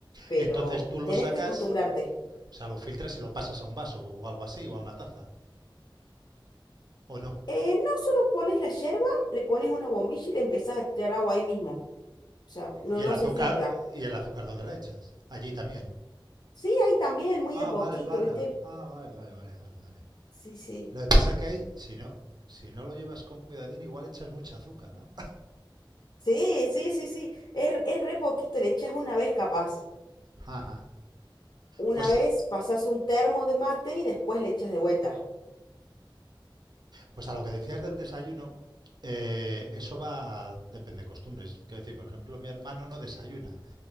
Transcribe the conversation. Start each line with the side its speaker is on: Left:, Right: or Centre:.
Left: pero
Right: Entonces tú lo
Left: tenés
Right: sacas,
Left: que acostumbrarte.
Right: o sea, lo filtras y lo pasas a un vaso o algo así, o a una taza, o no.
Left: Eh, no solo pones la yerba, le pones una bombilla y le empezás a tirar agua ahí mismo. O sea, no,
Right: ¿Y
Left: no
Right: el azúcar,
Left: se filtra.
Right: y el azúcar dónde la echas? Allí también.
Left: Sí, ahí también, muy
Right: Ah,
Left: de poquito,
Right: vale, vale.
Left: ¿viste?
Right: Ah, vale, vale, vale, vale, vale.
Left: Sí, sí.
Right: Lo que pasa que hay, si no, si no lo llevas con cuidadín, igual echas mucha azúcar, ¿no?
Left: Sí, sí, sí, sí. Es, es re poquito, le echás una vez capaz.
Right: Ajá.
Left: Una
Right: Pues,
Left: vez pasás un termo de mate y después le echas de vuelta.
Right: pues a lo que decías del desayuno, eh, eso va, depende de costumbres. Quiero decir, por ejemplo, mi hermano no desayuna,